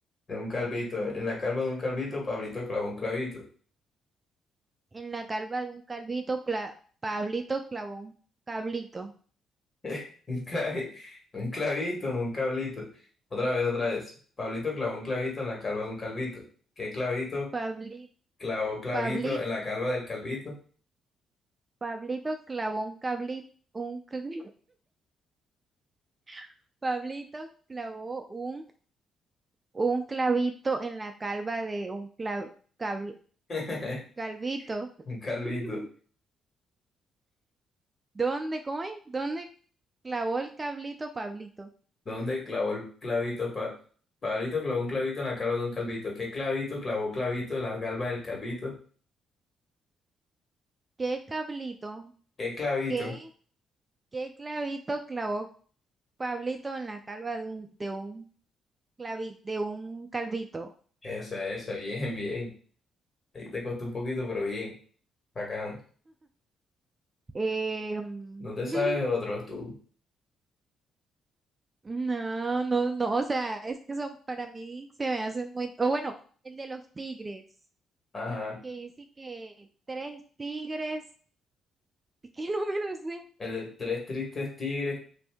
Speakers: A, on the left (about 35°); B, on the right (about 30°).
A: De un calvito. En la calva de un calvito, Pablito clavó un clavito.
B: En la calva de un calvito, cla- Pablito clavó un cablito.
A: <laughs> Un clavi- un clavito, no un cablito. Otra vez, otra vez. Pablito clavó un clavito en la calva de un calvito. ¿Qué clavito?
B: Pablito,
A: Clavó clavito
B: Pablito,
A: en la calva del calvito.
B: Pablito clavó un cablito, un, cl- <laughs> Pablito clavó un, un clavito en la calva de un cla- cabl-
A: <laughs>
B: calvito.
A: Un calvito.
B: <laughs> ¿Dónde, cómo es? ¿Dónde clavó el cablito Pablito?
A: ¿Dónde clavó el clavito? Pa- Pablito clavó un clavito en la calva de un calvito. ¿Qué clavito clavó clavito en la calva del calvito?
B: ¿Qué cablito?
A: ¿Qué clavito?
B: ¿Qué, qué clavito clavó Pablito en la calva de un, de un clavi- de un calvito?
A: Esa, esa, bien, bien. Ahí te costó un poquito, pero bien. Bacán.
B: Eh, mm,
A: No te
B: <laughs>
A: sabes otros tú.
B: no, no, no, o sea, es que son, para mí se me hacen muy, o bueno, el de los tigres,
A: Ajá.
B: que dice que tres tigres, <laughs> ¿qué número es ese?
A: El de tres tristes tigres